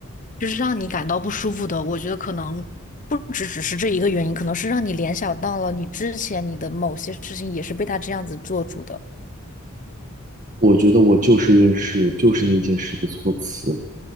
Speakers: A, on the left; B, on the right.
A: 就是让你感到不舒服的，我觉得可能不只只是这一个原因，可能是让你联想到了你之前你的某些事情也是被他这样子做主的，
B: 我觉得我就事论事，就是那件事的措辞，